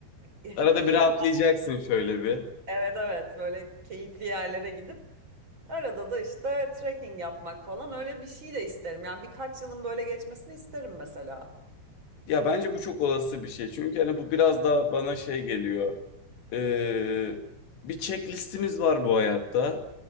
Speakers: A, on the right (about 25°); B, on the left (about 70°).
A: <laughs>
B: Arada
A: iyi
B: bir rahatlayacaksın
A: o-
B: şöyle bir.
A: evet evet böyle keyifli yerlere gidip Arada da işte trekking yapmak falan öyle bir şey de isterim. Yani birkaç yılın böyle geçmesini isterim mesela.
B: Ya bence bu çok olası bir şey. Çünkü hani bu biraz daha bana şey geliyor. Ee, bir checklistimiz var bu hayatta.